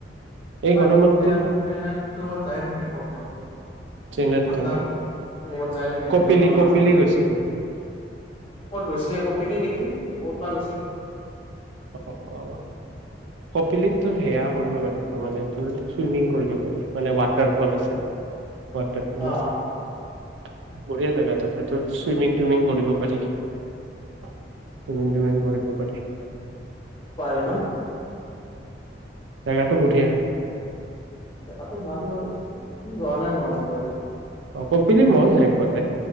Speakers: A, on the right (about 80°); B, on the left (about 30°).
A: এই
B: মট্ৰনত
A: গৰমত তোৰ
B: ট্ৰেইন'বাত যায় থাকে ক'ৰবাত ক'ৰবাত
A: চেইনাত
B: ঠাণ্ডা
A: তই ন
B: ৰত যায় থাকে
A: কপিলি
B: জংঘলৰ
A: কপিলি
B: মাজে মাজে
A: গৈছে নেকি
B: কত গৈছে কপিত নেকি ক'ত বা গৈছে।
A: অ অ কপিলিত তোৰ সেয়া কৰিব পাৰি তোৰ মানে তোৰ চুইমিং কৰিব পাৰি মানে ৱাটাৰফল আছে। ৱাটাৰফুল
B: অ
A: বঢ়িয়া জেগা তাতে তোৰ চুইমিং টুইমিং কৰিব পাৰি চুইিংটুমিং। কৰিব পাৰি।
B: পাৰে ন?
A: জাগাটো বহিয়া।
B: জাগাটো ভাল বাৰু যোৱা নাই মই আজলৈ।
A: অ কপিলি মইও যাই পোৱা নাই।